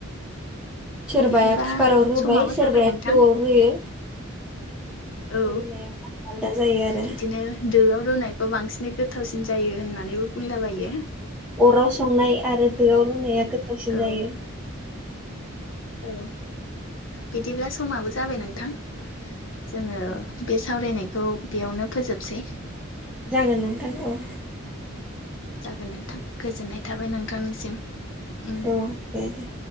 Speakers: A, in the centre; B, on the left.
A: सोरबाया
B: बिदिबा
A: कुकाराव रुबाय
B: समाबो
A: सोरबाया
B: जाबाय नोंथां
A: थौआव रुयो।
B: <inaudible> औ
A: रुनाया आलदा जायो आरो
B: बिदिनो दोआव रुनायखौ बांसिनै गोथावसिन जायो होननानैबो बुंला बायो।
A: अराव संनाय आरो दोआव रुनाया गोथावसिन
B: औ
A: जायो।
B: औ बिदिब्ला समाबो जाबाय नोंथां। जोङो बे सावरायनायखौ बेयावनो फोजोबसै।
A: जागोन नोंथां औ।
B: जागोन नोंथां गोजोननाय थाबाय नोंथांनिसिम उम।
A: औ दे दे।